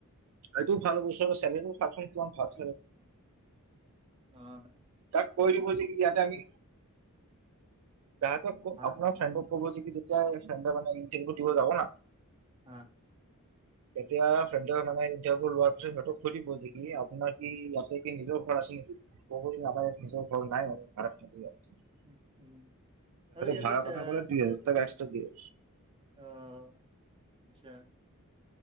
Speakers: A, on the right; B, on the right.
A: এইটোও ভাল বছু চে ভাবচোন কিমান ভাব চ
B: অঁ
A: তাক কৈ দিব যে ইয়াতে আমি, তাহ তকাৰ
B: হা
A: আপুনাৰ ফ্ৰেড ক'ব যে যেতিয়া ফ মানে ই দিব যাব না
B: হা
A: তেতিয়া ফ্ৰেডৰানে ইণ্টাৰভিউ লোৱাৰ পিছত সিহঁতক সৈ দিব যে কি আপোনাৰ কি ইয়াতে কি নিজৰওৰত আছে নেকি ক'ব ন ব স নাই আৰু ভাৰত চ আৰু
B: উ উ আৰু ইয়াতে
A: ভাড়াৰ
B: চ
A: কথা ক'লে দুই হাজাৰ টকা এক্সট্ৰা
B: উ
A: দিয়ে
B: আহ আচ্ছা।